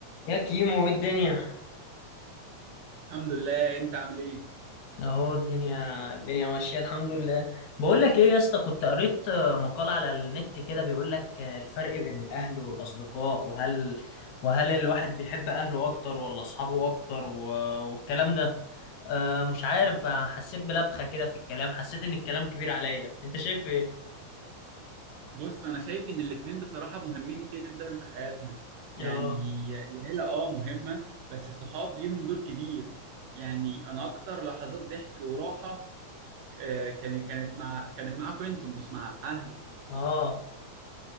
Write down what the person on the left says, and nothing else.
يا كيمو ايه الدنيا
اهو الدنيا الدنيا ماشيه الحمد لله بقول لك ايه يا اسطى كنت قريت آه، مقال على النت كده بيقول لك آه، الفرق بين الاهل والاصدقاء وهل وهل الواحد بيحب اهله اكتر ولا اصحابه اكتر و- والكلام ده آه، مش عارف آه، حسيت بلبخه كده في الكلام حسيت ان الكلام كبير عليا انت شايف ايه
اه
اه